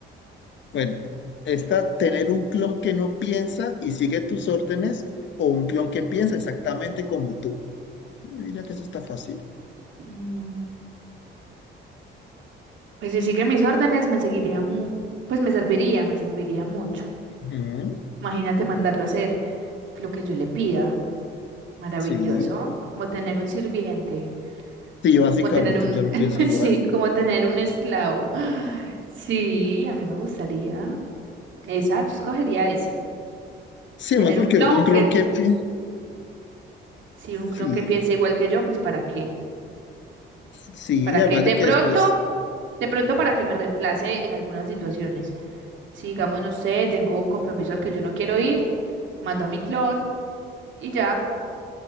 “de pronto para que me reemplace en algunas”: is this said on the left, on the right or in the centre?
Right